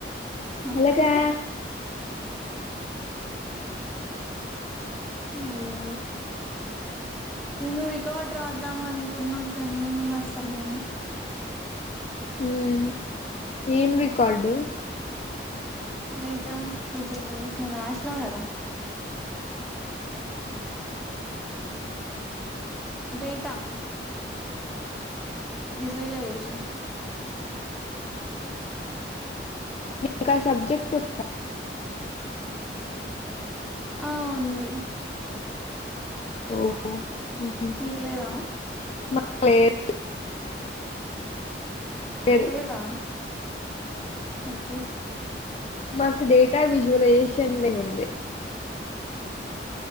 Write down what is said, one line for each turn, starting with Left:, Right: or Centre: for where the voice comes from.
Centre: ఓకే
Left: అలాగా
Centre: అయ్యయ్యో నేను రికార్డ్ రాద్దామనుకున్నా కనీ <unintelligible> లేదె
Left: ఉమ్ ఏం రికార్డు?
Centre: దటా <unintelligible> లేష్ ను రాష్నవ్ గదా డేటా విజువలైజేషన్
Left: నీకా సబ్జెక్ట్ ఉందా
Centre: ఆ ఉంది
Left: ఓ ఉహు
Centre: మీకు లేదా
Left: మాకు లేద్ లేదు
Centre: లేదా, ఓకే.
Left: మాకు డేటా విజువలైజేషన్ <inaudible> ఉంది